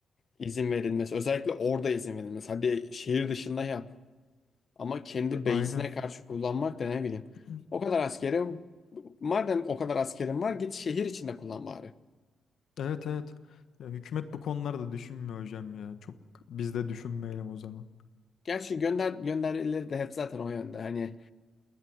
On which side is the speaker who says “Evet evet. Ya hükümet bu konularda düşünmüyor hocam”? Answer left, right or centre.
Left